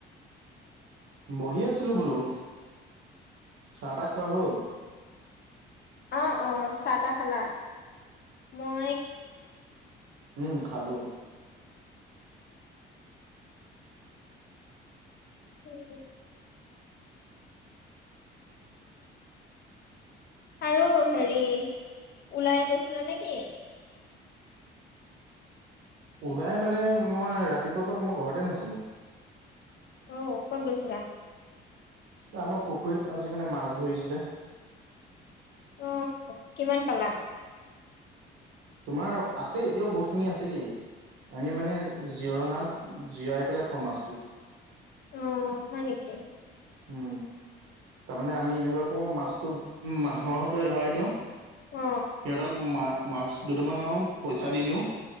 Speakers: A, on the right (about 85°); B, on the left (about 60°).
A: বহি আছিলো বোলো। চাহ তাহ খোৱা হল?
B: অ অ চাহ তাহ খালা? মই
A: উম খালো।
B: উম আৰু হেৰি ওলাই গৈছিলা নেকি?
A: ওলাই মানে মই ৰাতিপুৱাৰ পৰা মই ঘৰতে নাছিলো।
B: অ ক'ত গৈছিলা?
A: আমাৰ পুখুৰীত আজি মানে মাছ ধৰিছিলে।
B: অ কিমান পালা?
A: তোমাৰ আছে এতিয়াও বহুত খিনি আছেগেই। আমি মানে জিৰণাত জিৰাই পেলাই থম মাছটো।
B: অ হয় নেকি?
A: উম তাৰমানে আমি এনেকুৱা কৰো মাছটো উম মানুহৰ হতুৱাই ধৰাই দিওঁ। সিহঁতক
B: অ
A: মা মাছ দুটামান আৰু পইচা দি দিওঁ।